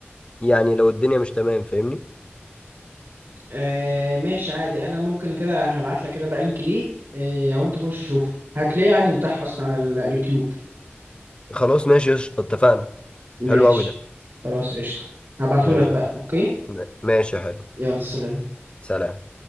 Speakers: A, on the left; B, on the right.
A: يعني لو الدنيا مش تمام فاهمني
B: آه ماشي عادي انا ممكن كده هبعت لك كده بقى لينك ليه آه او انت خش شوفه هتلاقيه عادي متاح اصلا على ال- اليوتيوب
A: خلاص ماشي قشطة اتفقنا
B: ماشي
A: حلو قوي ده
B: خلاص قشطة هبعته
A: ماشي
B: لك بقى اوكي
A: ماشي حلو
B: يلا سلام
A: سلام